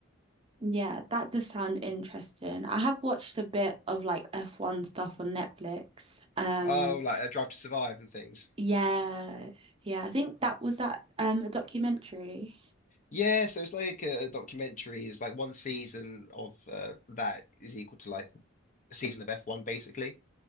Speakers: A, on the right; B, on the left.
A: Yeah, that does sound interesting. I have watched a bit of like F1 stuff on Netflix. Um,
B: Oh, like a Drive to Survive and things.
A: yeah, yeah, I think that was that um a documentary.
B: Yeah, so it's like a documentary. It's like one season of uh, that is equal to like a season of F1 basically.